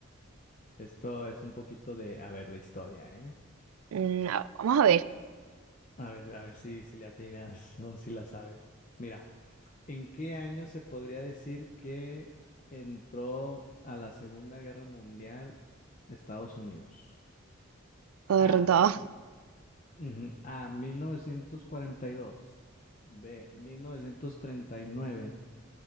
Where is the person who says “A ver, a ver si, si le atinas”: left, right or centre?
Left